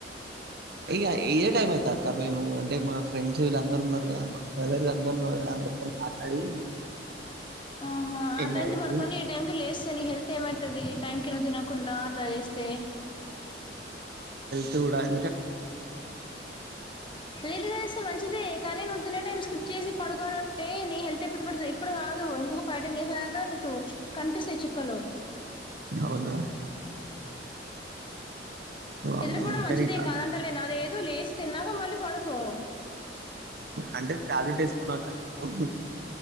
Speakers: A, on the right; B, on the left.
A: ఇగ ఇదే టైం అయితదాక్క మేము అంటే మా ఫ్రెండ్స్ వీళ్ళందరూ ఉన్నారు కదా మా బ్రదర్ అందరు <unintelligible> తోన్ మాట్లాడి
B: ఆహా ఆ
A: ఎంజాయ్
B: టైం కి
A: చేసి
B: పడుకొని ఈ టైం కి లేస్తే నీ హెల్త్ ఏమయితది ఈ టైమ్ కి నువ్ తిన కుండా అట్ల చేస్తే
A: చూడాలి
B: లేటుగా లేస్తే మంచిదే కానీ నువ్వు తినే టైం స్కిప్ చేసి పడుకోను ఉంటే నీ హెల్త్ ఎఫెక్ట్ పడతది ఇప్పుడు కాదు ఇంకొక ఫైవ్, టెన్ ఇయర్స్ దాకా నీకు కనిపిస్తయి చుక్కలు
A: అవునా వామ్మో!
B: నిదురపోవడం మంచిదే
A: కానీ టాబ్
B: కాదంటలేను అదేదో లేచి తిన్నాక మళ్ళీ పడుకో
A: అంటే టాబ్లెట్ ఎసుకున్నాక్క హ్మ్ హు